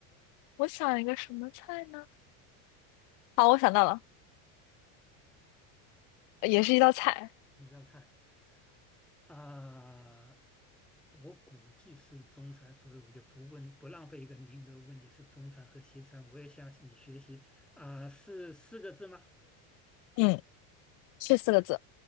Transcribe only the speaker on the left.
我想一个什么菜呢？好，我想到了，也是一道菜，
嗯，是四个字，